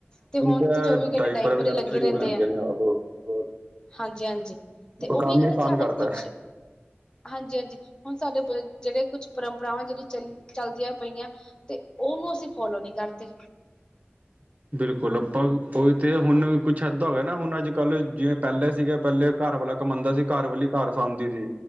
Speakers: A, on the left; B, on the right.
A: ਤੇ ਹੁਣ
B: ਤਾਂ
A: ਤੇ ਚੌਵੀ ਘੰਟੇ ਡਾਇਪਰ
B: ਵਗੈਰਾ
A: ਹੀ ਲੱਗੇ
B: ਸ਼ੁਰੂ
A: ਰਹਿੰਦੇ
B: ਹੋਣ ਲੱਗ
A: ਆ।
B: ਗਏ ਨੇ ਆਹੋ ਹੋਰ
A: ਹਾਂਜੀ -ਹਾਂਜੀ ਤੇ ਉਹੀ
B: ਕੰਮ
A: ਕਹਿੰਨੇ
B: ਹੀ ਆਸਾਨ
A: ਸਾਡੇ
B: ਕਰਤਾ
A: ਕੁਛ ਹਾਂਜੀ -ਹਾਂਜੀ ਹੁਣ ਸਾਡੇ ਬ ਜਿਹੜੇ ਕੁਛ ਪਰੰਪਰਾਵਾਂ ਜਿਹੜੀ ਚੱਲ ਚੱਲਦੀਆਂ ਪਈਆਂ। ਤੇ ਉਹਨੂੰ ਅਸੀਂ ਫੋਲੋ ਨੀ ਕਰਦੇ।
B: ਬਿਲਕੁਲ ਆਪਾਂ ਉਹ ਤੇ ਹੁਣ ਕੁਛ ਏਦਾਂ ਹੋ ਗਿਆ ਨਾ ਹੁਣ ਅੱਜ ਕੱਲ੍ਹ ਜਿਵੇਂ ਪਹਿਲੇ ਸੀਗੇ ਪਹਿਲੇ ਘਰ ਵਾਲਾ ਕਮਾਂਦਾ ਸੀ ਘਰ ਵਾਲੀ ਘਰ ਸਾਂਭਦੀ ਸੀ।